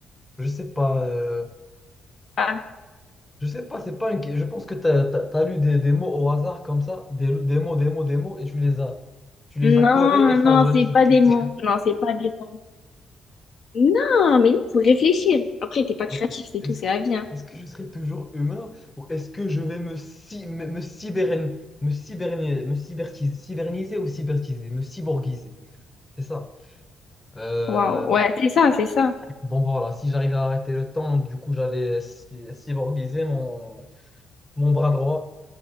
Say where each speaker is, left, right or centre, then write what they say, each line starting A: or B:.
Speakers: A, on the left (about 15°); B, on the left (about 60°).
A: Je sais pas. euh,
B: Ah.
A: Je sais pas, c'est pas une... que- Je pense que t'as, t'as, t'as lu des, des mots au hasard comme ça. Des, des mots, des mots, des mots. Et tu les as... Tu les as
B: Non,
A: collés et ça
B: non,
A: a donné
B: c'est
A: cette
B: pas
A: question.
B: des mots. Non, c'est pas des mots. Non, mais il faut réfléchir. Après,
A: <laughs>
B: t'es pas créatif,
A: Ok.
B: c'est
A: Est-ce
B: tout, c'est
A: que...
B: la vie, hein.
A: Est-ce que je serai toujours humain ou est-ce que je vais me, ci- me, me cyberne- me cyberni- me cybertiser, cyberniser ou cybertiser, me cyborgiser? C'est ça. Euh,
B: Waouh, ouais, c'est ça, c'est ça.
A: Bon voilà, si j'arrivais à arrêter le temps, du coup j'allais cy- cyborgiser mon, mon bras droit,